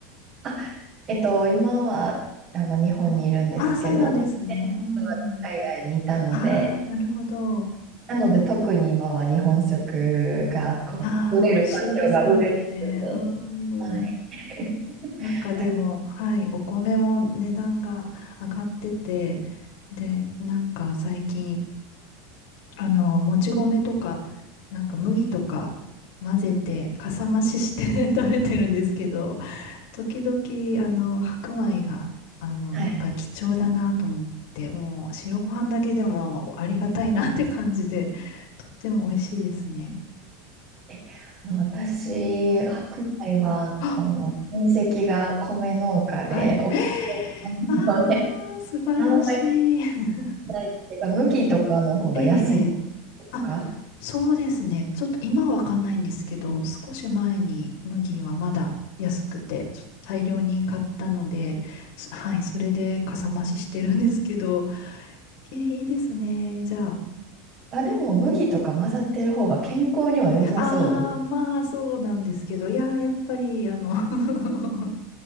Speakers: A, on the right (about 35°); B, on the left (about 60°).
A: あ、えっと、今はあの日本にいるんですけど、
B: あ、そうなんですね。
A: 前職は海外にいたので、
B: うんうん。ああ、なるほど。
A: なので特に今は日本食がこう取れる環境が嬉しくて。
B: ああ、美味しいですよね。う
A: はい。
B: ん。
A: <laughs>
B: なんかでも、
A: た
B: はい、お米も値段が上がってて、で、なんか最近、あの、もち米とか、なんか麦とか混ぜて、かさ増しして <laughs> 食べてるんですけど、時々、あの、白米が、あの、
A: はい。
B: やっぱり貴重だなと思って、もう白ご飯だけでもありがたいなって感じで、<laughs> とっても美味しいですね。
A: え、あの、私、
B: うん。
A: 白米は、
B: あ、
A: この親戚が米農家で、
B: はい。
A: お
B: えー
A: あんま
B: あー、素晴らしい。
A: り
B: <laughs>
A: ないんですけど、麦とかの方が安いで
B: ええ、ええ。あ、
A: すか
B: そうですね。ちょっと今はわかんないんですけど、少し前に麦はまだ安くて、ちょっと大量に買ったので、すはい、それでかさ増ししてるんですけど、えーいいですね。じゃあ、
A: あ、でも麦とか混ざってる方が健康には良さそうです。
B: ああ、まあそうなんですけど、いやー、やっぱり、あの <laughs>